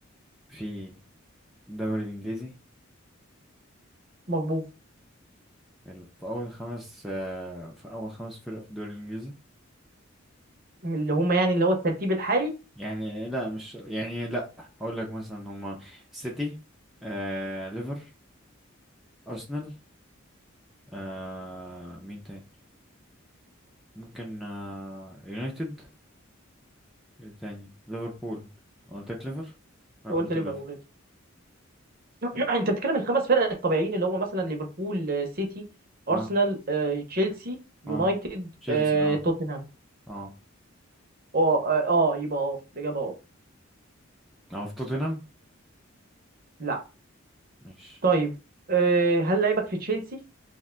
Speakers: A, in the centre; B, on the right.
A: في الدوري الإنجليزي
B: مظبوط
A: حلو في أول خمس آه، في أول خمس فرق في الدوري الإنجليزي
B: اللي هم يعني اللي هو الترتيب الحالي
A: يعني لا مش يعني لا هقول لك مثلا هما سيتي آه، ليفر أرسنال آه، مين تاني ممكن آه، يونايتد إيه تاني ليفربول قلت لك ليفر آه،
B: قلت
A: قلت
B: ليفربول
A: ليفر
B: already. <clears throat>
A: اه
B: انت بتتكلم الخمس فرق الطبيعيين اللي هم مثلا ليفربول آه، سيتي ارسنال
A: اه
B: آه، تشيلسي يونايتد
A: آه. تشيلسي
B: آه،
A: اه
B: توتنهام
A: اه
B: اه اه آه، يبقى اه الاجابه اه
A: اه في توتنهام
B: لا
A: مش
B: طيب آه، هل لعيبك في تشيلسي